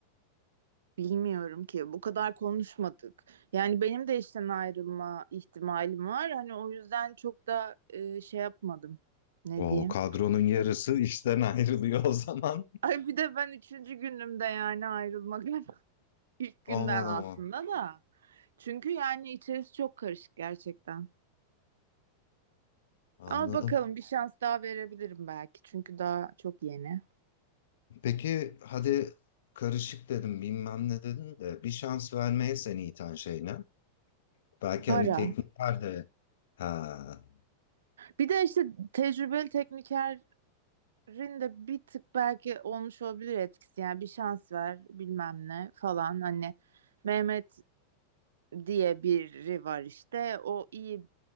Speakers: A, on the right (about 65°); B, on the left (about 60°).
A: Bilmiyorum ki bu kadar konuşmadık. Yani benim de işten ayrılma ihtimalim var. Hani o yüzden çok da e, şey yapmadım. Ne
B: O
A: diyeyim?
B: kadronun yarısı <laughs> işten ayrılıyor o zaman.
A: Ay bir de ben üçüncü günümde yani ayrılmak <laughs> ilk günden
B: Aman
A: aslında
B: aman
A: da. Çünkü yani içerisi çok karışık gerçekten.
B: anladım.
A: Ama bakalım bir şans daha verebilirim belki. Çünkü daha çok yeni.
B: Peki hadi karışık dedim bilmem ne dedin de bir şans vermeye seni iten şey ne? Belki
A: Para.
B: hani teknikler de Ha.
A: Bir de işte tecrübeli tekniker Rinde bir tık belki olmuş olabilir etkisi yani bir şans ver bilmem ne falan hani Mehmet diye biri var işte o iyi